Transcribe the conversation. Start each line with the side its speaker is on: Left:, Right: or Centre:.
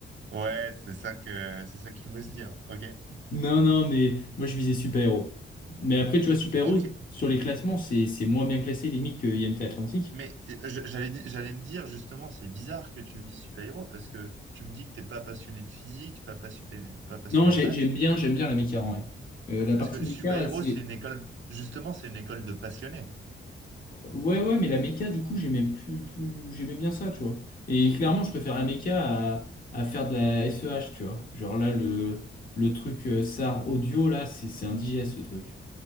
Right: Ouais, c'est ça que c'est ça qu'il faut se dire. Ok,
Left: Non, non, mais moi je visais super-héros. Mais après, tu vois, super-héros,
Right: ok.
Left: sur les classements, c'est c'est moins bien classé limite que IMT Atlantique.
Right: Mais euh, je- j'allais di- j'allais me dire justement, c'est bizarre que tu vises super-héros parce que tu me dis que t'es pas passionné de physique, pas passionné, pas passionné
Left: Non, j'ai-
Right: de maths,
Left: j'aime bien, j'aime bien la méca en vrai. Euh, la
Right: parce
Left: partie
Right: que
Left: méca,
Right: super-héros
Left: c'est.
Right: c'est une école justement c'est une école de passionnés.
Left: Ouais, ouais, mais la méca, du coup, j'aimais plus, plus... j'aimais bien ça, tu vois. Et clairement, je préfère la méca à, à faire de la SEH, tu vois. Genre là, le, le truc euh, SAR audio, là, c'est c'est indigeste, ce truc.